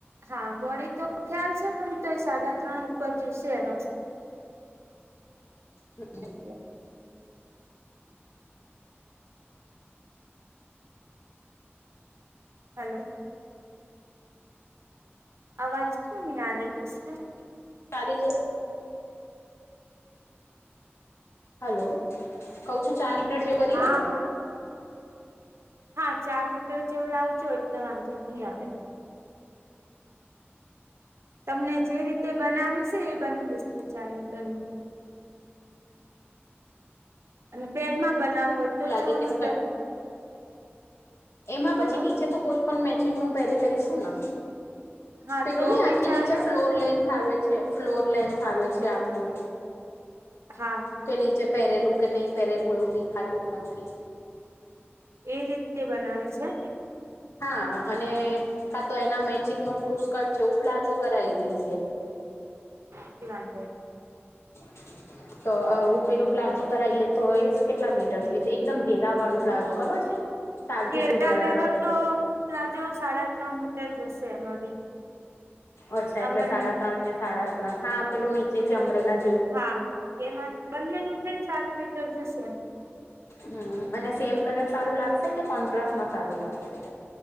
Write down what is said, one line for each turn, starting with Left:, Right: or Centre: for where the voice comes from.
Right: હા બોડી તો ખ્યાલ છે પણ તો સાડા ત્રણ ઉપર જુશે એમાં.
Left: તો <unintelligible>
Right: એ <unintelligible> હાલો. અવાજ ક્યું નહિ આ રહી છે.
Left: ખાલી જ હલો, કવ છું ચાર મીટર કરી
Right: હા બોલો હા ચાર મીટર જેવું લાવજો એટલે વાંધો નહી આવે. તમને જે રીતે બનાવી છે એ બની જશે ચાર મીટરમાં. અને પેરમાં બનાવું હોય તો?
Left: લાગે
Right: છ
Left: કેટ
Right: મીટર
Left: એમાં
Right: બોલો
Left: પછી નીચે તો કોઈ પણ મેચિંગ નું પહેરી લઈશું ને.
Right: હા
Left: પેલું
Right: તો
Left: નહી
Right: બી
Left: આખી
Right: ચાલે
Left: નીચે ફ્લોર લેન્થ આવે છે ફ્લોર લેન્થ આવે છે આખું.
Right: હા.
Left: કે નીચે પેરેલું કે નહીં પેરેલું એવું દેખાતું જ નથી.
Right: એ રીતે બનાવી છે ને?
Left: હા અને, કા તો એના મેચિંગ નો પુરુસ્કર્ટ જેવું પ્લાજો કરાવી દેજે.
Right: શ વાા છે <unintelligible>
Left: <inaudible> તો ઉપેલું પ્લાઝો કરાવએ તો એ કેટલા મીટર જોઈશે એકદમ ઘેરા વાળું પ્લાઝો ખબર છે? ચાલતું
Right: ધેરાવેલો
Left: તું ઘરારો જો
Right: તો પ્લાજો સાડા ત્રણ મીટર જશે એમાં બી.
Left: અચ્છા
Right: અમર
Left: એટલે સાડા ત્રણ ને સાડા ત્રણ હા પેલું નીચે થી ચમરેલા
Right: હા, એમાં બંનેનું થઈ ને સાત મીટર જશે.
Left: હમ અને સેમ કલર સારું લાગશે? કે કોન્ટ્રાસ્ટમાં સારું લાગશે?